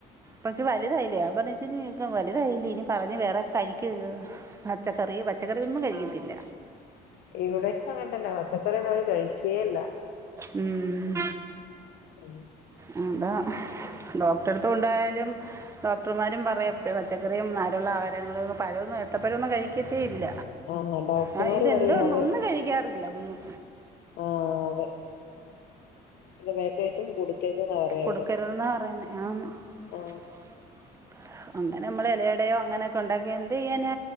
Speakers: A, on the right; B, on the left.
A: പച്ചേ വലുതായില്ലേ <unintelligible> വലുതായില്ലേ ഇനി പറഞ്ഞ് വേറെ കഴിക്ക പച്ചക്കറി പച്ചക്കറിയൊന്നും കഴിക്കത്തില്ല.
B: ഇവിടക്കെ അങ്ങനത്തന്നാ പച്ചക്കറി ഒന്നും അവര് കഴിക്കേയില്ല.
A: ഉം.
B: ഉം
A: ഉം ആതാ ഡോക്ടറെടുത്തു കൊണ്ടായാലും ഡോക്ടർമാരും പറയു പച്ചക്കറിയും, നാരുള്ള ആഹാരങ്ങളും പഴമൊന്നും എടുത്തപ്പഴമൊന്നും കഴിക്കത്തേ ഇല്ല.
B: ആ ഡോക്ടർമാര്
A: ആ ഇതെന്തോ
B: പറയു അവ
A: ഒന്നും കഴിക്കാറില്ല ഒന്നും
B: ആഹ് ബേക്കറി ഐറ്റംസ് കൊടുക്കരുതെന്നാ പറയാ
A: കൊടുക്കരുതെന്നാ
B: അവര്
A: പറയുന്നെ ആന്ന്
B: ആ
A: ഓഹ് അങ്ങനെ അമ്മൾ ഇലയടയോ അങ്ങനൊക്കെ ഉണ്ടാക്കി എന്തെയ്യാനാ